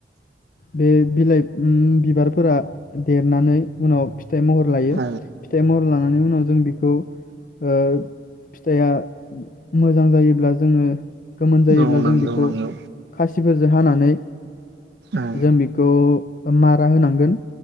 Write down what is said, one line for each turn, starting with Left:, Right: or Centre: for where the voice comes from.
Left: बे बिलाइ उम बिबारफोरा देरनानै उनाव फि थाइ महर लायो
Right: औ
Left: फिथाइ महर लानायनि उनाव जों बेखौ ओ फिथाइया मोजां जायोब्ला जोङो गोमोन जायोब्ला
Right: औ नंगौ
Left: जों बेखौ
Right: नंगौ
Left: खासि फोरजों हानानै।
Right: औ
Left: जों बेखौ मारा होनांगोन